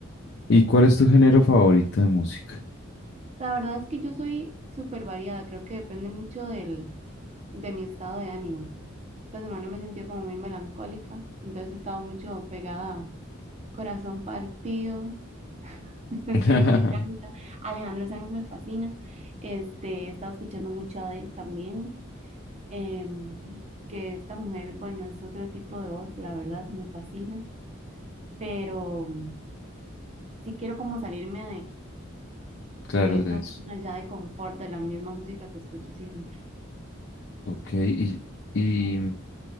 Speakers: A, on the left; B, on the right.
A: ¿Y cuál es tu género favorito de música?
B: La verdad es que yo soy súper variada, creo que depende mucho del, de mi estado de ánimo. Esta semana me sentí como muy melancólica, entonces estaba mucho pegada a Corazón Partido <laughs>
A: <laughs>
B: que me encanta. Alejandro Sanz me fascina. Este, he estado escuchando mucho a Adele también, em, que esta mujer, bueno, es otro tipo de voz, la verdad, me fascina. Pero mm, sí quiero como salirme
A: Claro,
B: de, de esa
A: es.
B: zona ya de confort, de la misma música que escucho siempre.
A: Ok, y, y,